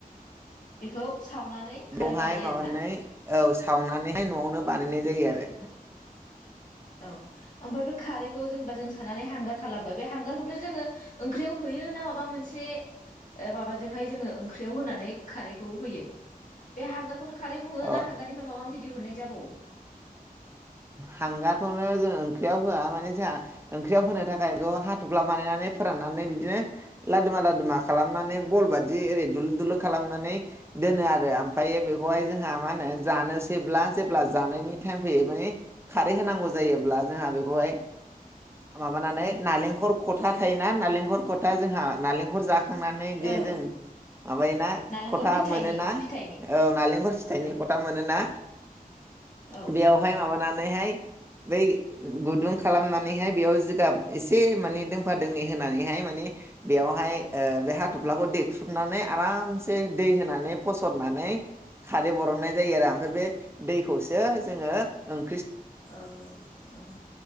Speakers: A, on the left (about 55°); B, on the right (about 15°).
A: बेखौ सावनानै खारै
B: बेवहाय
A: बानायो
B: माबानानै
A: आरोना।
B: औ सावनानैहाय न'आवनो बानायनाय जायो आरो।
A: औ आमफ्राय बै खारैखौ जेनेबा जों साननानै हांगार खालामबाय बे हांगारखौनो जोङो ओंख्रियाव होयो ना माबा मोनसे माबाजोंहाय जोङो ओंख्रियाव होनानै खारैखौ होयो बे हांगारखौनो खारै बुङो
B: औ
A: ना हांगारनिफ्राय माबा मोनसे दिहुननाय जाबावो।
B: हांगारखौनो जों ओंख्रियाव होआ माने जोंहा ओंख्रियाव होनो थाखाय बेखौ हाथफ्ला बानायनानै फोराननानै बिदिनो लादुमा लादुमा खालामनानै बल बादि ओरै दुलु दुलु खालामनानै दोनो आरो आमफ्राययो बेखौहाय जोंहा मा होनो जानोसैब्ला जेब्ला जानायनि टाइम फैयो माने खारै होनांगौ जायोब्ला जोंहा बेखौहाय माबानानै
A: औ
B: नालेंखर खथार थायोना नालेंखर खथा जोंहा नारेंखर जाख खांनानै जे
A: ओं
B: जों माबायोना
A: नालेंखर
B: खथा
A: फिथाइनि
B: मोनोना
A: फिथाइनि
B: औ नालेंखर फिथाइनि
A: औ
B: खथा मोनोना
A: औ
B: बेयावहाय माबा ना नानैहाय बै गुदुं खालामनानैहाय बेयाव जिगाब एसे माने दोंफा दोंनै होनानैहाय माने बेयावहाय ओ बे हाथफ्लाखौ देख्रुबनानै आरामसे दै होनानै फसरनानै खारै बरननाय जायो आरो ओमफ्राय बे दैखौसो जोङो ओं
A: औ ओं